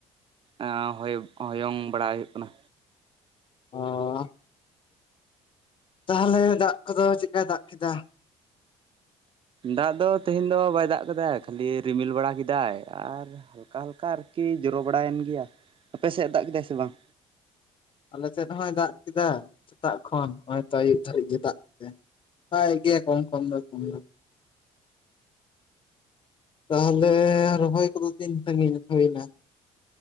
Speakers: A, on the right; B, on the left.
A: ᱟᱸ... ᱦᱳᱭ ᱦᱳᱭᱳᱝ ᱵᱟᱲᱟ ᱦᱩᱭᱩᱜ ᱠᱟᱱᱟ
B: ᱚᱸᱻ ᱛᱟᱦᱚᱞᱮ ᱫᱟᱜ ᱠᱚᱫᱚ ᱪᱮᱫᱠᱟᱭ ᱫᱟᱜ ᱠᱮᱫᱟ
A: ᱫᱟᱜ ᱫᱚ ᱛᱮᱦᱮᱧ ᱫᱚ ᱵᱟᱭ ᱫᱟᱜ ᱟᱠᱟᱫᱟᱭ ᱠᱷᱟᱹᱞᱤ ᱨᱤᱢᱤᱞ ᱵᱟᱲᱟ ᱠᱮᱫᱟᱭ ᱟᱨ ᱦᱟᱞᱠᱟ ᱦᱟᱞᱠᱟ ᱟᱨᱠᱤ ᱡᱳᱨᱳ ᱵᱟᱲᱟᱭᱮᱱ ᱜᱮᱭᱟ, ᱟᱯᱮ ᱥᱮᱫ ᱫᱟᱜ ᱠᱮᱫᱟᱭ ᱥᱮ ᱵᱟᱝ
B: ᱟᱞᱮ ᱥᱮᱫ ᱫᱚ ᱦᱟᱸᱜ-ᱟᱭ ᱫᱟᱜ ᱠᱮᱫᱟ ᱥᱮᱛᱟᱜ ᱠᱷᱚᱱ ᱱᱚᱜ-ᱚᱭ ᱛᱚ ᱟᱹᱭᱩᱵ ᱫᱷᱟᱹᱨᱤᱡ ᱜᱮ ᱫᱟᱜ ᱠᱮᱫᱟ ᱫᱟᱜ ᱮᱫ ᱜᱮᱭᱟ ᱠᱳᱢ-ᱠᱳᱢ ᱫᱚ <unintelligible> ᱛᱟᱦᱚᱞᱮ ᱨᱚᱦᱚᱭ ᱠᱚ ᱫᱚ ᱛᱤᱱ ᱥᱟᱺᱜᱤᱧ ᱦᱩᱭ ᱮᱱᱟ